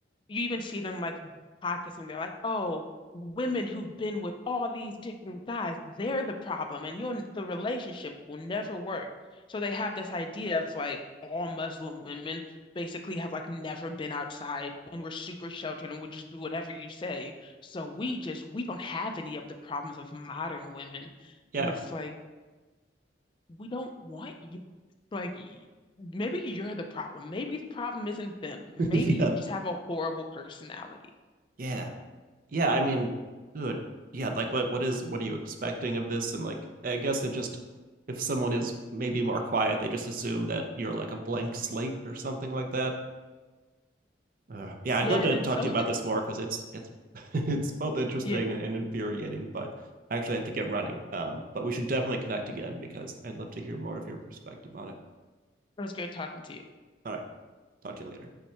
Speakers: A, on the left; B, on the right.
A: you even see them like podcasts and they're like, oh, women who've been with all these different guys, they're the problem, and your the relationship will never work. So they have this idea of like all Muslim women basically have like never been outside and we're super sheltered and we'll just do whatever you say. So we just we don't have any of the problems of modern women.
B: yeah.
A: And it's like we don't want you. Like, maybe you're the problem. Maybe the problem isn't them.
B: <laughs>
A: Maybe
B: yeah.
A: you just have a horrible personality.
B: Yeah. yeah, I mean, good. Yeah, like what what is what are you expecting of this? And like I guess it just if someone is maybe more quiet, they just assume that you're like a blank slate or something like that. Uh, yeah,
A: Yeah,
B: I'd love to
A: and then
B: talk
A: some
B: to you about
A: of it,
B: this more because it's it's <laughs> it's both interesting
A: yeah,
B: and, and infuriating, but I actually have to get running. Um, but we should definitely connect again because I'd love to hear more of your perspective on it.
A: it was great talking to you.
B: All right, talk to you later.